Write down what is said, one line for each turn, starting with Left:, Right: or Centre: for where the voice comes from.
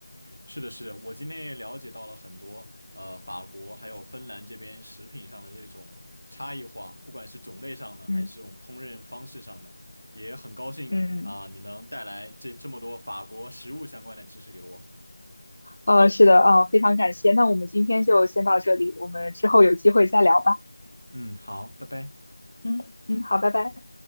Right: 是的，是的，我今天也了解到了很多，呃，法国还有芬兰这边食品上的这种差异化，不管是种类上的，还是这种烹饪方式上的，
Left: 嗯
Right: 也很高兴啊，
Left: 嗯，
Right: 你能带来这这么多法国食物相关的知识给我。
Left: 呃，是的，呃，非常感谢。那我们今天就先到这里，我们之后有机会再聊吧。
Right: 嗯，好，拜拜。
Left: 嗯嗯，好，拜拜。